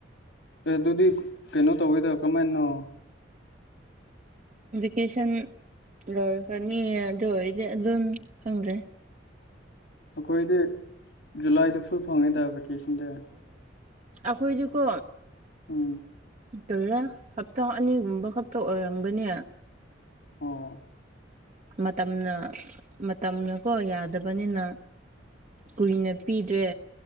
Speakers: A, on the left; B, on the right.
A: ꯑꯗꯨꯗꯤ ꯀꯩꯅꯣ ꯇꯧꯋꯤꯗ ꯀꯃꯥꯏꯅꯣ
B: ꯀꯦꯁꯟ ꯂꯈꯅꯤꯗꯗꯤ ꯑꯗꯨꯟ ꯍꯪ꯭ꯔꯦ
A: ꯑꯩꯈꯣꯏꯗꯤ ꯖꯨꯂꯥꯏꯗ ꯐꯨꯜ ꯐꯪꯉꯤꯗ ꯚꯦꯀꯦꯁꯟꯗꯦ
B: ꯑꯩꯈꯣꯏꯗꯨꯀꯣ
A: ꯎꯝ
B: ꯗꯇꯔ ꯍꯞꯇꯥ ꯑꯅꯤꯒꯨꯝꯕ ꯈꯛꯇ ꯑꯣꯏꯔꯝꯒꯅꯤ
A: ꯑꯣ
B: ꯃꯇꯝꯅ ꯃꯇꯝꯅ ꯀꯣ ꯌꯥꯗꯕꯅꯤꯅ ꯀꯨꯏꯅ ꯄꯤꯗ꯭ꯔꯦ